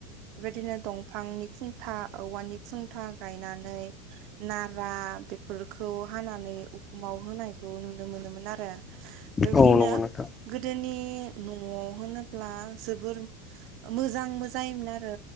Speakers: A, on the right; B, on the left.
A: बेबायदिनो दंफांनि खुन्था औवानि खुन था गायनानै नारा बेफ फोरखौ हानानै उखुमाव होनायखौ नुनो मोनोमोन आरो बेबायदिनो
B: औ नंगौ नोंथां
A: गोदोनि न'आव होनोब्ला जोबोर मोजां मोजां जायोमोन आरो